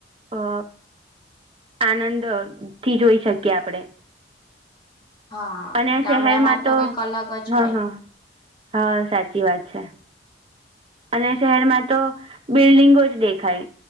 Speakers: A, on the right; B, on the left.
A: અ આનંદ થી જોઈ શકીએ આપડે
B: હા
A: અને
B: ગામડામાં
A: શહેરમાં તો
B: કઈક અલગ જ
A: હા
B: હોય
A: હા હા સાચી વાત છે અને શહેરમાં તો બિલ્ડિંગો જ દેખાય